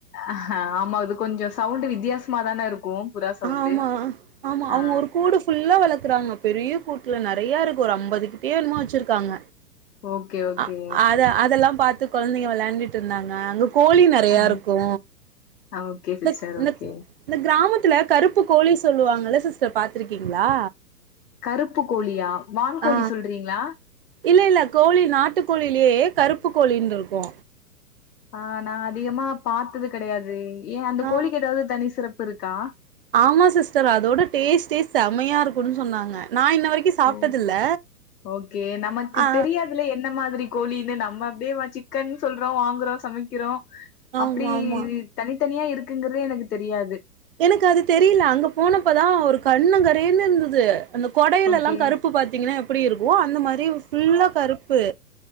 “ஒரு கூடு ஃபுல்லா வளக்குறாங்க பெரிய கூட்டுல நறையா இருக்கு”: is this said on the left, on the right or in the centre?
Right